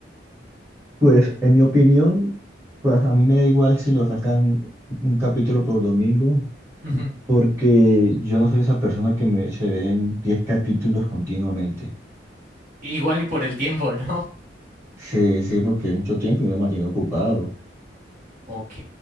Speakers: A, on the right (about 15°); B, on the right (about 45°).
A: Pues en mi opinión, pues a mí me da igual si lo sacan un capítulo por domingo,
B: Ujú.
A: porque yo no soy esa persona que me, se ve en 10 capítulos continuamente.
B: Igual y por el tiempo, ¿no?
A: Sí, sí, porque es mucho tiempo y me mantiene ocupado.
B: Ok.